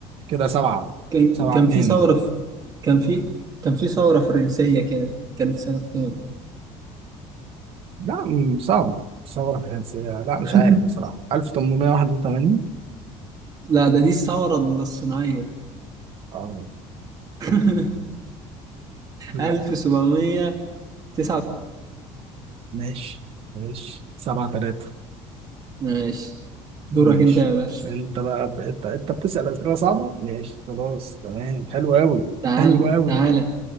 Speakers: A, on the right; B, on the right.
A: كده سبعة
B: كان
A: سبعة
B: كان
A: اتنين
B: في ثورة في كان في كان في ثورة فرنسية كده كانت سنة كام؟
A: لا م- صعب ثورة فرنسية لا مش
B: <laughs>
A: عارف بصراحة 1881
B: لا ده دي الثورة الصناعية
A: اه
B: <laughs>
A: لا
B: 1789
A: ماشي ماشي سبعة تلاتة
B: ماشي دورك
A: ماشي
B: أنت يا باشا
A: انت بقى ب- انت انت بتسأل أسئلة صعبة ماشي خلاص تمام حلو قوي
B: تعال
A: حلو قوي
B: تعالى